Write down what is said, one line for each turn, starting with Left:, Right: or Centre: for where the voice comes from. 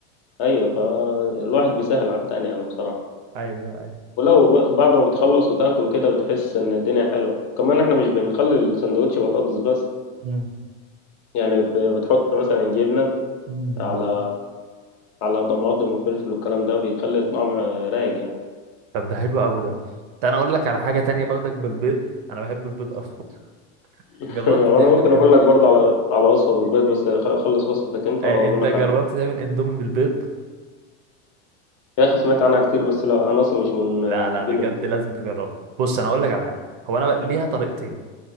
Left: ايوه فالواحد بيسهل على التاني يعني بصراحه
Right: ايوه ايوه
Left: ولو ب- بعد ما بتخلص وتاكل وكده بتحس ان الدنيا حلوه كمان احنا مش بنخلي السندوتش بطاطس بس
Right: مم.
Left: يعني ب- بتحط مثلا جبنه
Right: مم.
Left: على على طماطم وفلفل والكلام ده بيخلي الطعم رايق يعني
Right: طب ده حلو قوي ده ده انا اقول لك على حاجه تانية برضك بالبيض انا بحب البيض اكتر <laughs>
Left: <laughs>
Right: جربت
Left: وانا
Right: تعمل
Left: ممكن
Right: ان...
Left: اقول لك برضه على على وصفه بالبيض بس خ- خلص وصفتك انت
Right: آه
Left: واقول
Right: انت
Left: لك
Right: جربت
Left: على دي.
Right: تعمل اندومي بالبيض
Left: يا اخي سمعت عنها كتير بس لا انا اصلا مش من
Right: لا
Left: محبين
Right: لا بجد
Left: البيض
Right: لازم تجربها بص انا اقول لك على حاجه هو انا بقى- ليها طريقتين